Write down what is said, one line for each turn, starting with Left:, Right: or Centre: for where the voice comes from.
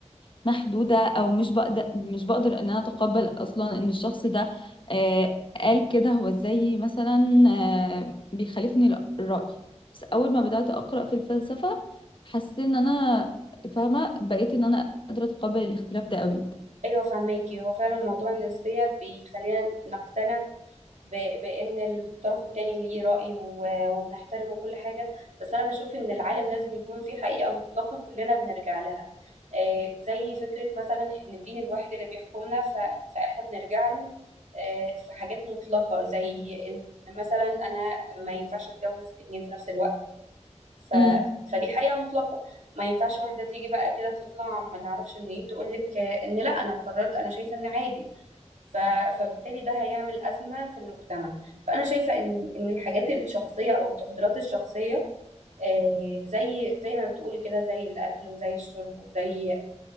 Left: محدودة أو مش بقدر مش بقدر إن أنا أتقبل أصلا إن الشخص ده آه قال كده هو إزاي مثلا آه بيخالفني ال- الرأي بس أول ما بدأت أقرأ في الفلسفة حسيت إن أنا فاهمة بقيت إن أنا قادرة أتقبل الاختلاف ده قوي
Right: ايوه فهماكي هو فعلا موضوع النسبية بيخلينا نقتنع ب- بان الطرف التاني ليه رأي و- وبنحترمه وكل حاجة بس انا بشوف ان العالم لازم يكون فيه حقيقة مطلقة كلنا بنرجع لها آه، زي فكرة مثلا ان الدين الواحد اللي بيحكمنا ف- فاحنا بنرجع له آه، في حاجات مطلقة زي ان مثلا انا ما ينفعش اتجوز اتنين في نفس الوقت ف...
Left: امم
Right: فدي حقيقة مطلقة ما ينفعش واحدة تيجي بقى كده تطلع ما نعرفش منين تقولك آه، ان لا انا قررت انا شايفة ان عادي ف... فبالتالي ده هيعمل أزمة في المجتمع فأنا شايفة إن إن الحاجات الشخصية أو التفضيلات الشخصية آه، زي زي ما بتقولي كده زي الأكل وزي الشرب وزي